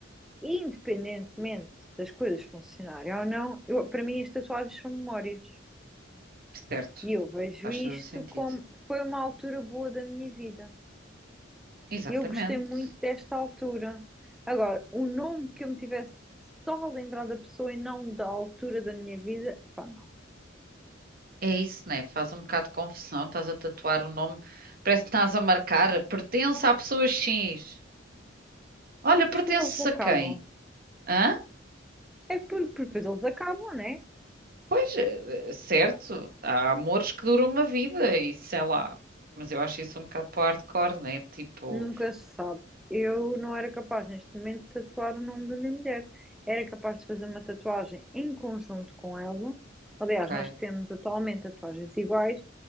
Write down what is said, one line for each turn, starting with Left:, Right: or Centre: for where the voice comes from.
Centre: independentemente das coisas funcionarem ou não, eu- para mim as tatuagens são memórias.
Right: Certo.
Centre: E eu vejo
Right: Faz
Centre: isto
Right: todo o sentido.
Centre: como foi uma altura boa da minha vida.
Right: Exatamente.
Centre: Eu gostei muito desta altura. Agora, o nome que eu me tivesse só a lembrar da pessoa e não da altura da minha vida, pá, não.
Right: É isso, né? Faz um bocado de confusão. Estás a tatuar o nome. Parece que estás a marcar. Pertence à pessoa X. Olha,
Centre: E depois
Right: pertence
Centre: quando eles acabam,
Right: a quem? Hã?
Centre: é por, por- depois eles acabam, né?
Right: Pois, eh, eh, certo. Há amores que duram uma vida e sei lá. Mas eu acho isso um bocado para o hardcore, né? Tipo,
Centre: Nunca se sabe. Eu não era capaz neste momento de tatuar o nome da minha mulher. Era capaz de fazer uma tatuagem em conjunto com ela. Aliás,
Right: ok.
Centre: nós temos atualmente tatuagens iguais